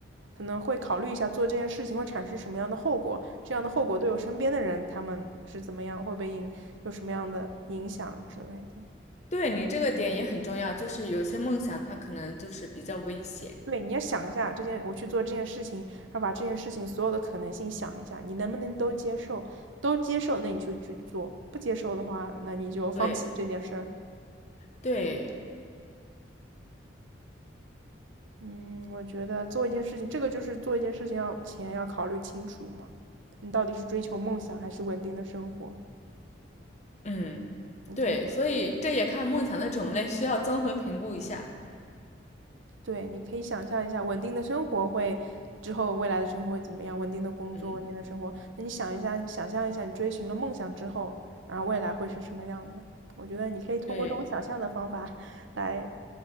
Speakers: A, on the right; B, on the left.
A: 可能会考虑一下做这件事情会产生什么样的后果，这样的后果对我身边的人他们是怎么样，会被影有什么样的影响之类的。
B: 对你这个点也很重要，就是有些梦想它可能就是比较危险，
A: 对，你要想一下这件，我去做这件事情，然后把这件事情所有的可能性想一下，你能不能都接受？都接受，那你就去做；不接受的话，那你就放弃这件事儿。
B: 对对，
A: 嗯，我觉得做一件事情，这个就是做一件事情要前要考虑清楚嘛，你到底是追求梦想还是稳定的生活？
B: 嗯对，
A: 你可以。
B: 所以这也看梦想的种类，需要综合评估一下，
A: 对，你可以想象一下，稳定的生活会之后未来的生活会怎么样？稳定的工作，
B: 嗯
A: 稳定的生活。那你想一下，想象一下，你追寻了梦想之后，然后未来会是什么样的？我觉得你可以通过这种想象的方法来
B: 对